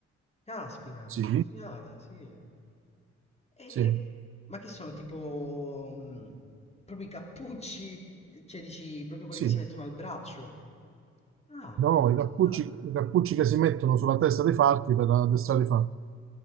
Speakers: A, on the left (about 20°); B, on the right (about 45°).
A: caspita,
B: Sì,
A: figata, sì. E-
B: sì,
A: ma che sono tipo mh, proprio i cappucci? Cioè, dici proprio quelli
B: sì.
A: che si mettono al braccio? Ah,
B: No, i
A: simpatico.
B: cappucci, i cappucci che si mettono sulla testa dei falchi per addestrare i falchi.